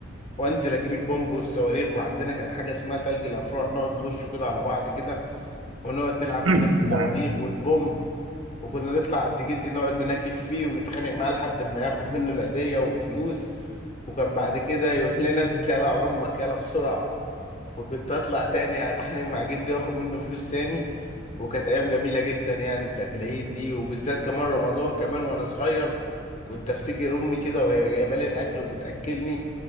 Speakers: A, on the left (about 35°); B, on the right (about 80°).
A: وأنزل أجيب البومب والصواريخ وعندنا كان حاجة اسمها تلج الأفراح نقعد نرش كده على بعض كده ونقعد نلعب
B: <coughs> <clears throat>
A: كده في الصواريخ
B: نعم
A: والبومب وكنا نطلع عند جدي نقعد نناكف فيه ونتخانق معاه لحد ما ياخد منه العيدية والفلوس وكان بعد كده يقول لنا انزل يلا على أمك يلا بسرعة وكنت اطلع تاني اتخانق مع جدي واخد منه فلوس تاني وكانت ايام جميله جدا يعني بتاعت العيد دي وبالذات كمان رمضان كمان وانا صغير كنت افتكر امي كده وهي جايبه لي الاكل وبتاكلني